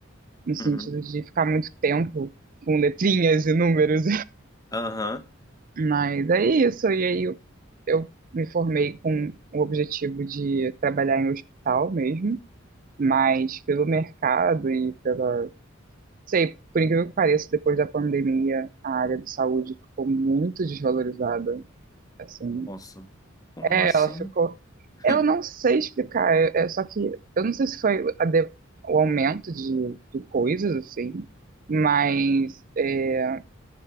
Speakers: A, on the right; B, on the left.
A: no sentido
B: uhum,
A: de ficar muito tempo com letrinhas e números.
B: aham.
A: <laughs> Mas é isso, e aí eu, eu me formei com o objetivo de trabalhar em hospital mesmo, mas pelo mercado e pela. Sei, por incrível que pareça, depois da pandemia, a área de saúde ficou muito desvalorizada. Assim,
B: Nossa, como
A: É,
B: assim?
A: ela ficou.
B: <laughs>
A: Eu não sei explicar, é, é, só que eu não sei se foi a de- o aumento de, de coisas, assim, mas é,